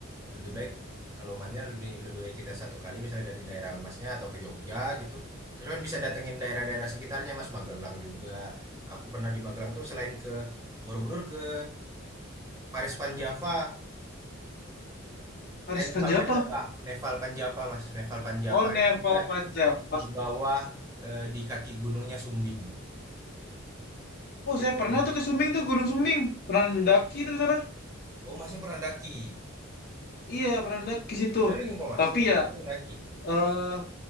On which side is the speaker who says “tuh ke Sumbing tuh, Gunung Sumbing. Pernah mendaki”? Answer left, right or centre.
Left